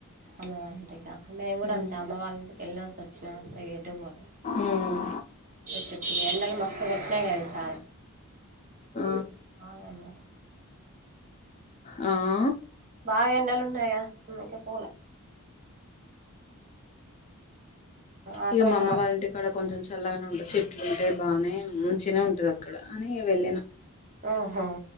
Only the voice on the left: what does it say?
ఉమ్
ఉమ్
ఆ
ఆ
ఇక మా అమ్మ
వాళ్ళంటిక్కడ కొంచెం చల్లగానే ఉంటది చెప్ప అట్లుంటే బానేయి మంచిగానే ఉంటది అక్కడ అని వెళ్ళిన